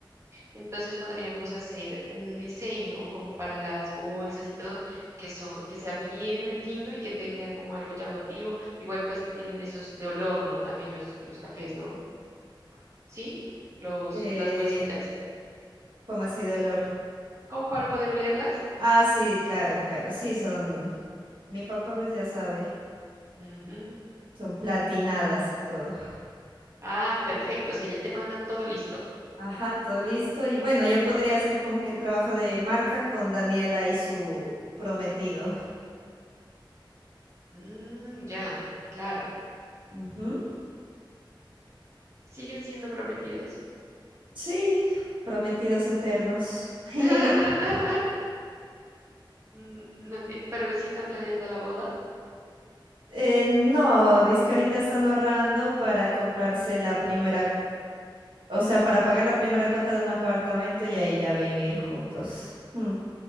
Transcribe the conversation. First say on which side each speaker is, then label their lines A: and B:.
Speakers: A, on the right; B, on the right.
A: Entonces podríamos hacer un diseño como para las bolsas y todo, que son, que sea bien lindo y que tenga como algo llamativo. Igual pues tienen esos de olor, ¿no? También los, los cafés, ¿no? Sí, los,
B: Eh,
A: las bolsitas.
B: como así dolor.
A: ¿Cómo para poder olerlas?
B: Ah, sí, claro, claro. Sí, son. Mi papá, pues ya sabe.
A: Ujú.
B: Son platinadas y todo.
A: Ah, perfecto. O sea, ya te mandan todo listo.
B: Ajá, todo listo. Y bueno, yo podría hacer como que el trabajo de marca con Daniela y su prometido.
A: Mm, ya, claro.
B: Ujú.
A: ¿Siguen siendo prometidos?
B: Sí, prometidos eternos. <laughs>
A: <laughs> N- No, tie- pero sí están planeando la boda.
B: Eh, no, dice que ahorita están ahorrando para comprarse la primera O sea, para pagar la primera cuota de un apartamento y ahí ya vivir juntos. Hmm,